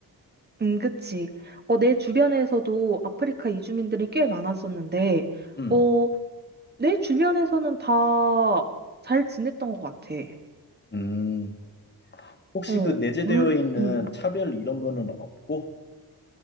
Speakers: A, on the right; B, on the left.
A: 응, 그치. 어, 내 주변에서도 아프리카 이주민들이 꽤 많았었는데,
B: 음,
A: 어, 내 주변에서는 다 잘 지냈던 것 같아.
B: 음. 혹시
A: 어,
B: 그 내재되어
A: 물,
B: 있는
A: 음,
B: 차별 이런 거는 없고?